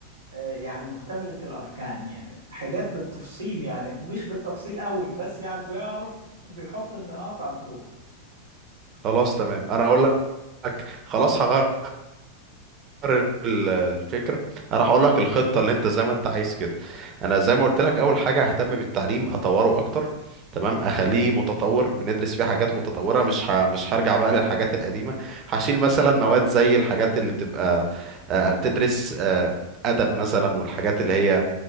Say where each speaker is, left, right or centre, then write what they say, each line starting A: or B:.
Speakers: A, on the right; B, on the right.
A: آه، يعني مكتملة الأركان يعني حاجات بالتفصيل يعني مش بالتفصيل قوي بس يعني بيعرف بيحط النقاط على الحروف
B: خلاص تمام انا اقول لك خلاص هغير ال- الفكره انا راح اقول لك الخطه اللي انت زي ما انت عايز كده انا زي ما قلت لك اول حاجه ههتم بالتعليم اطوره اكتر تمام اخليه متطور بندرس فيه حاجات متطوره مش ه... مش هرجع بقى للحاجات القديمه هشيل مثلا مواد زي الحاجات اللي بتبقى آه، بتدرس آه، ادب مثلا والحاجات اللي هي